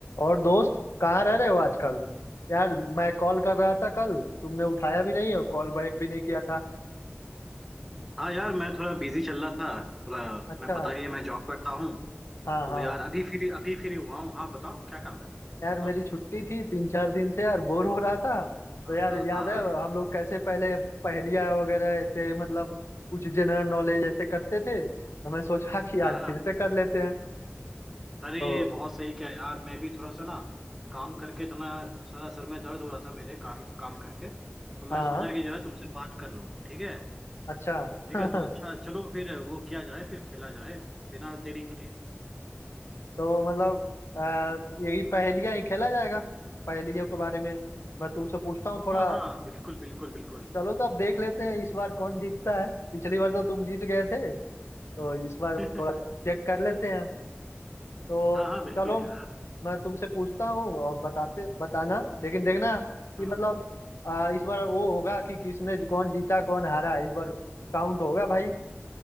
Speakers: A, on the left; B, in the centre.
A: और दोस्त कहाँ रह रहे हो आजकल यार मैं कॉल कर रहा था कल तुमने उठाया भी नहीं और कॉल बैक भी नहीं किया था
B: हाँ यार मैं थोड़ा बिजी चल रहा था थोड़ा
A: अच्छा
B: मैं पता ही है मैं जॉब करता हूँ
A: हाँ
B: तो
A: हाँ
B: यार अभी फ्री अभी फ्री हुआ हूँ हाँ बताओ क्या काम है
A: यार
B: बताओ
A: मेरी छुट्टी थी तीन चार दिन से यार बोर हो रहा था
B: हाँ
A: तो यार
B: हाँ
A: याद
B: हाँ
A: है
B: हाँ
A: हम लोग कैसे पहले पहेलियाँ वगैरह ऐसे मतलब कुछ जनरल नॉलेज ऐसे करते थे तो मैं सोचा कि
B: हाँ
A: आज
B: हाँ।
A: फिर से कर लेते हैं
B: अरे
A: तो
B: बहुत सही क्या यार मैं भी थोड़ा सा ना काम करके थोड़ा सारा सर में दर्द हो रहा था मेरे काम काम करके तो मैं
A: हाँ
B: सोचा कि जो है तुमसे बात कर लूँ ठीक है
A: अच्छा
B: ठीक
A: <laughs> तो
B: है तो अच्छा चलो फिर वो किया जाए फिर खेला जाए बिना देरी किए
A: मतलब अ, यही पहेलियाँ ही खेला जाएगा पहेलियों के बारे में मैं तुमसे पूछता हूँ थोड़ा
B: हाँ हाँ बिल्कुल बिल्कुल बिल्कुल
A: चलो तो अब देख लेते हैं इस बार कौन जीतता है पिछली बार तो तुम जीत गए थे तो इस बार
B: <laughs> हाँ
A: थोड़ा चेक कर लेते हैं तो
B: हाँ बिल्कुल
A: चलो
B: यार
A: मैं तुमसे पूछता हूँ और बताते बताना लेकिन देखना कि
B: हम्म,
A: मतलब
B: हम्म।
A: आ, इस बार वो होगा कि किसने कौन जीता कौन हारा इस बार काउंट होगा भाई